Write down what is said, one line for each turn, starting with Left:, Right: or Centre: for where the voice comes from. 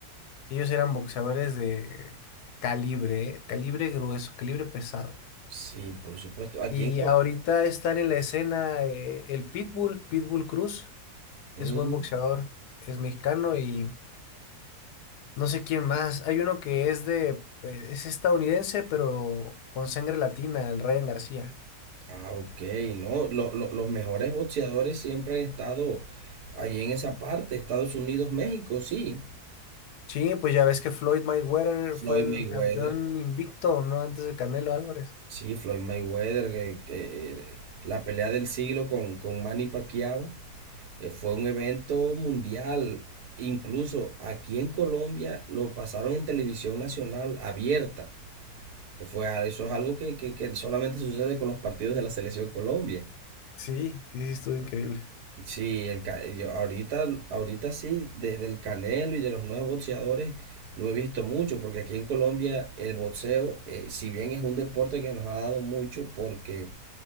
Left: Ellos eran boxeadores de calibre, ¿eh? Calibre grueso, calibre pesado.
Right: Sí, por supuesto. Aquí
Left: Y
Right: en Col-
Left: ahorita están en la escena eh, el Pitbull, Pitbull Cruz,
Right: Mm,
Left: es buen boxeador, es mexicano y no sé quién más. Hay uno que es de, pues, es estadounidense, pero con sangre latina, el Ryan García.
Right: ah, ok, no. lo- lo- los mejores boxeadores siempre han estado ahí en esa parte, Estados Unidos, México, sí.
Left: Sí, pues ya ves que Floyd Mayweather
Right: Floyd
Left: fue el
Right: Mayweather.
Left: campeón invicto, ¿no? Antes de Canelo Álvarez.
Right: Sí, Floyd Mayweather, que, que la pelea del siglo con, con Manny Pacquiao eh, fue un evento mundial. Incluso aquí en Colombia lo pasaron en televisión nacional abierta. Fue, a- eso es algo que, que- que solamente sucede con los partidos de la selección Colombia.
Left: Sí, sí, sí, estuvo increíble.
Right: Sí, el, Ca- yo ahorita, ahorita sí, de- del Canelo y de los nuevos boxeadores no he visto mucho, porque aquí en Colombia el boxeo, eh, si bien es un deporte que nos ha dado mucho, porque